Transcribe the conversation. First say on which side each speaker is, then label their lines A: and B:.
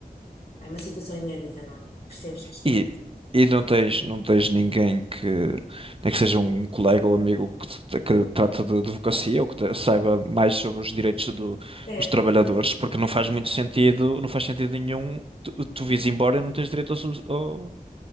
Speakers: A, on the left (about 40°); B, on the right (about 35°).
A: é uma situação inédita, não é? Percebes que isto
B: E, e não tens, não tens ninguém que, nem que seja um colega ou amigo que, te- que trata de advocacia ou que te- saiba mais sobre os direitos do-
A: é?
B: dos trabalhadores,
A: É,
B: porque não faz muito sentido, não faz sentido nenhum tu, tu vires embora e não tens direito ao, sus- ao-